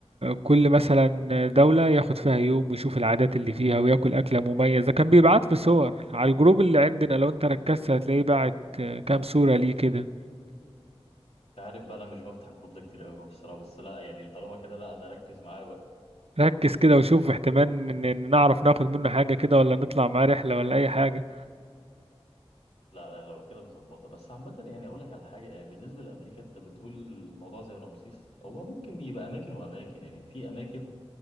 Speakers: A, on the right; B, on the left.
A: كل مثلا دولة ياخد فيها يوم ويشوف العادات اللي فيها وياكل أكلة مميزة كان بيبعت لي صور على الجروب اللي عندنا لو انت ركزت هتلاقيه بعت كام صورة ليه كده
B: انت عارف بقى انا مش بفتح الجروب ده كتير قوي الصراحه بس لا يعني طالما كده لا انا اركز معاه بقى
A: ركز كده وشوف احتمال ان إن نعرف ناخد منه حاجة كده ولا نطلع معاه رحلة ولا أي حاجة
B: لا لا، لو كده مظبطه بس عامه يعني اقول لك على حاجه يعني بالنسبه لامريكا انت بتقول الموضوع زي رمسيس هو ممكن دي يبقى اماكن واماكن يعني في اماكن